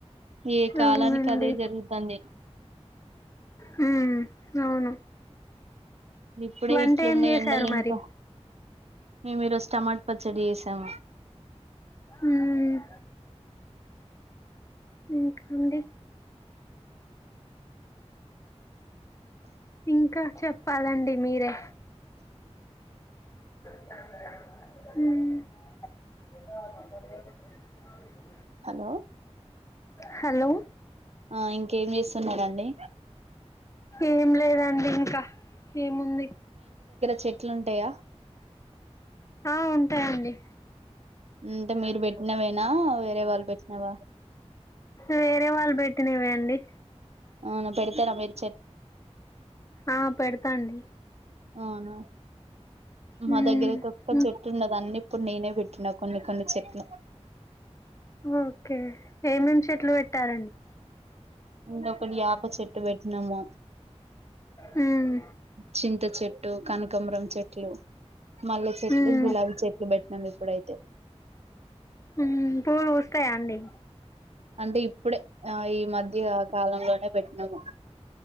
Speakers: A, on the right; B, on the left.
A: ఏ కాలానికి
B: అవునండి
A: అదే జరుగుతాంది
B: హ్మ్ అవును
A: ఇప్పుడే
B: వంట
A: ఇట్లున్నాయి
B: ఏం చేశారు
A: ఎండలు ఇంకా
B: మరి
A: మేము ఈరోజు టమాట పచ్చడి చేసాము
B: ఉమ్ ఇంకాడి ఇంకా చెప్పాలండి మీరే హు
A: హలో
B: హలో
A: ఆ ఇంకేం చేస్తున్నారండి
B: ఏం లేదండి ఇంకా ఏముంది
A: చెట్లుంటాయా
B: ఆ ఉంటాయండి
A: అంటే మీరు పెట్టినవే నా వే రేవాళ్ళు పవట్టినవా
B: వేరే వాళ్ళు పెట్టినవే అండి
A: అవున పెడుతరా మీర్
B: ఆ పెడతాండి
A: అవునా
B: హ్మ్
A: మా దగ్గర అయితే ఒక్క
B: హ్మ్.
A: చెట్టు ఉండద అన్ని ఇప్పుడు నేనే పెట్టినా కొన్ని కొన్ని చెట్లు
B: ఓకే ఏమేం చెట్లు పెట్టారంండి
A: ఇంకొ ఒకటి ప చెట్టు పెట్టినాము
B: హ్మ్
A: చింత చెట్ చెట్టు కనకాంబరం చెట్లు మల్లె చెట్లు
B: హ్మ్
A: గులాబీ చెట్లు పెట్టినాం ఇప్పుడైతే
B: పూలు పూస్తాయా అండి
A: అంటే ఇప్పుడే ఆ ఈ మధ్య కాలంలోనే పెట్టినాము